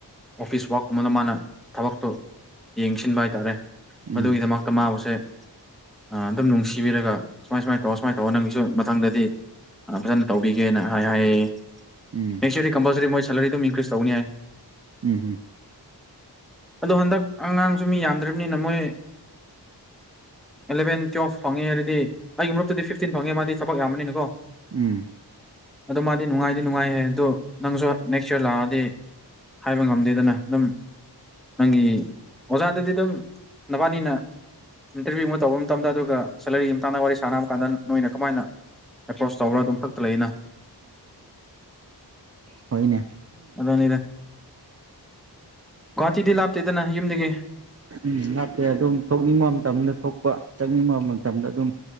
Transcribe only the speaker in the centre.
ꯑꯣꯐꯤꯁꯁ ꯋꯥꯛ ꯃꯗ ꯃꯥ ꯇꯕꯛꯇꯛꯇꯣ ꯌꯦꯡꯁꯤꯟꯕ ꯍꯥꯏꯇꯥꯔꯦ
ꯃꯗꯨꯒꯤꯗꯃꯛꯇ ꯃꯥꯕꯨꯁꯦ ꯑꯗꯨꯝ ꯅꯨꯡꯁꯤꯕꯤꯔꯒ ꯁꯨꯃꯥꯏ ꯁꯨꯃꯥꯏꯅ ꯇꯧꯔ ꯁꯨꯃꯥꯏꯅ ꯇꯧꯔ ꯅꯪꯒꯤꯁꯨ ꯃꯊꯪꯗꯗꯤ ꯐꯖꯅ ꯇꯧꯕꯤꯒꯦꯅ ꯍꯥꯏ ꯍꯥꯏꯌꯦꯔꯗꯤ
ꯀꯝꯄꯜꯁꯔꯤꯣꯏ ꯁꯦꯂꯔꯤ ꯑꯗꯨꯝ ꯏꯟꯀ꯭ꯔꯤꯁ ꯇꯧꯅꯤ ꯌꯥꯏ
ꯑꯗꯣ ꯍꯟꯗꯛ ꯑꯉꯥꯡꯁꯨ ꯃꯤ ꯌꯥꯝꯗ꯭ꯔꯔꯤꯕꯅꯤꯅ ꯃꯣꯏ ꯑꯦꯂꯚꯦꯟ ꯇꯨꯋꯦꯜꯐ ꯐꯪꯉꯦ ꯍꯥꯏꯗꯤ ꯑꯩꯒꯤ ꯃꯔꯛꯇꯗꯤ ꯐꯤꯐꯇꯤꯟ ꯐꯪꯉꯦ ꯃꯥꯗꯤ ꯊꯕꯛ ꯌꯥꯝꯃꯅꯤꯅꯀꯣ
ꯑꯗꯣ ꯃꯥꯗꯤ ꯅꯨꯡꯉꯥꯏꯗꯤ ꯅꯨꯡꯉꯥꯏꯍꯦ ꯑꯗꯨꯗꯣ ꯅꯪꯁꯨ ꯅꯦꯛꯁ ꯏꯌꯥꯔ ꯂꯥꯛꯑꯗꯤ ꯍꯥꯏꯕ ꯉꯝꯗꯦꯗꯅ ꯑꯗꯨꯝ ꯅꯪꯒꯤ ꯑꯣꯖꯥꯗꯗꯤ ꯑꯗꯨꯝ ꯅꯕꯥꯅꯤꯅ ꯏꯟꯇꯔꯚꯤꯌꯨ ꯑꯃ ꯇꯧꯕ ꯃꯇꯝꯗ ꯑꯗꯨꯒ ꯁꯦꯂꯔꯤꯒꯤ ꯃꯇꯥꯡꯗ ꯋꯥꯔꯤ ꯁꯥꯟꯅꯕ ꯀꯥꯟꯗ ꯅꯣꯏꯅ ꯀꯃꯥꯏꯅ ꯑꯦꯄ꯭ꯔꯣꯁ ꯇꯧꯕ꯭ꯔꯥ ꯑꯗꯨꯝ ꯈꯛꯇ ꯂꯩꯩꯅ
ꯑꯣꯅꯤꯗ ꯒꯨꯍꯥꯇꯤꯗꯤ ꯂꯥꯞꯇꯦꯗꯅ ꯌꯨꯝꯗꯒꯤ